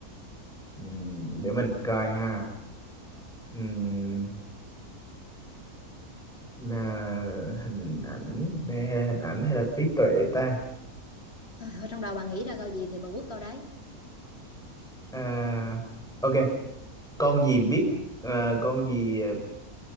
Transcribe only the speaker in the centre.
ừm, để mình coi ha Ừm, là hình ảnh đây hay là hình ảnh hay là trí tuệ ta
à ok con gì biết à, con gì à,